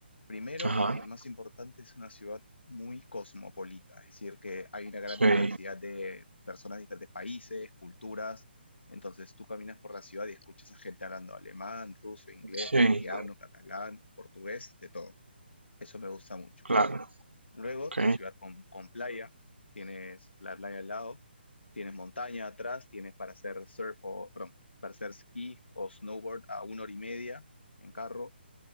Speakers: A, on the left; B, on the right.
A: primero
B: Ajá,
A: y el más importante es una ciudad muy cosmopolita, es decir, que hay una gran
B: sí,
A: diversidad de personas de diferentes países, culturas, entonces tú caminas por la ciudad y escuchas a gente hablando alemán, ruso, inglés,
B: sí,
A: castellano, catalán, portugués, de todo. Eso me gusta mucho.
B: claro,
A: Luego,
B: ok,
A: es una ciudad con, con playa, tienes la playa al lado, tienes montaña atrás, tienes para hacer surf o, perdón, para hacer esquí o snowboard a una hora y media en carro,